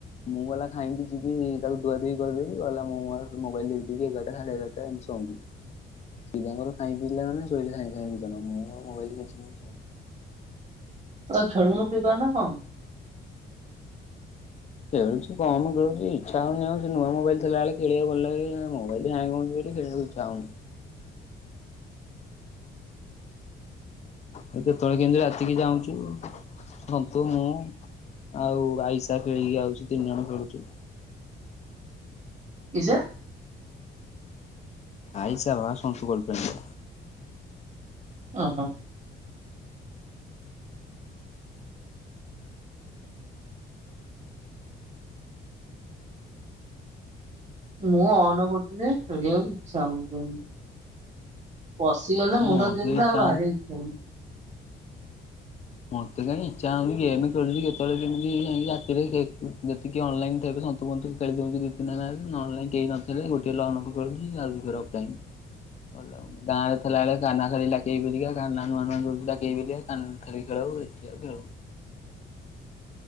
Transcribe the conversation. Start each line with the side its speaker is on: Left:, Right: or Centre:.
Left: ମୁଁ ଗଲା ଖାଇକି ଯିବି ତାକୁ ଧୁଆ ଦୁଇ କରିଦବି ଗଲା ମୁଁ ମୋର ମୋବଲ ଦେଖି ଦେଖି ଏଗାରଟା ସାଢେ ଏଗାରଟା ଏମିତି ଶୋଉଁଚି। ସେ ତାଙ୍କର ଟାଇମ ମିଳିଲା ମାନେ ଶୋଇ ସାଙ୍ଗେ ସାଙ୍ଗେ ଦିଜଣ ମୁଁ ମୋର ମୋବାଇଲ କେଞ୍ଚି କେଞ୍ଚି ଶୋଉଚି।
Right: ତୁ ଆଉ ଖେଳୁନୁ ପିବାନା କଣ।
Left: ଖେଳୁଚି କମ ଖେଳୁଚି ଇଛା ହଉନି ଆଉ ସେ ନୂଆ ମୋବାଇଲଥିଲାବେଳେ ଖଳିବାକୁଲ ଭଲଲାଗେ ଏଇନା ମୋବାଇଲ ହ୍ୟାଙ୍ଗେ ହଉଚି ବୋଲି ଖେଳିବାକୁ ଇ ଯାଉନୁ। କେତେବେଳେ କେମିତି ରାତିକି ଯାଉଁଚୁ ଜନ୍ତୁ ମୁଁ। ଆଉ ଆଇସା ଖେଳିକି ଆଉଚୁ ତିନି ଜଣ ଖେଳୁଚୁ।
Right: କିଜେ
Left: ଆଇସା ବା ସନ୍ତୁ ଗଲଫ୍ରେଣ୍ଡ।
Right: ଅଁ ହଁ। ମୁଁ ଅନ୍ କରୁଥିଲି କରିବାିବାକୁ ଇଚ୍ଛା ହଉନି। ପଶିଗଲେ
Left: ହଁ
Right: ମୁଣ୍ଡ
Left: ମୋର
Right: ଦେଇଥିଲେ
Left: ବି ଇଚ୍ଛା
Right: ଆଉ ବାହାରି ବାକୁ ଇଚ୍ଛା ହଉନି।
Left: ମତେ କାଇଁ ଇଚ୍ଛା ହଉନି ଗେମ୍ ଖେଳୁଚି କେତେବେଳେ କେମିତିଇ ଯାଇକି ରାତିରେ ଗେମ ଯେତିକି ଅନଲାଇନ୍ ଥେବେ ସନ୍ତୁ ବନ୍ତୁ ଖେଳିଦଉଚନ୍ତି ଦି ତିନିଟା ଗାଁରେ ନହେଲେନାଇଁ କେହି ନ ଥିଲେ ଗୋଟିଏ ଲନ ଅଫ ଖେଳୁଚି ଯାଉଚି ଫେଣେ ଅଫ ଲାଇନ୍‌। ଭଲ ଲାଗୁନି ଗାଁରେ ଥିଲାବେଳେ କାହ୍ନା ଖେଳିଲା ଟିପି ହେରିକା କାହ୍ନା ନୂଆ ନୂଆ ଖେଳୁଥିଲା ଗେମ ଯେ କାହ୍ନା <unintelligible> ଏଠି ଆଉ ଖେଳୁନି।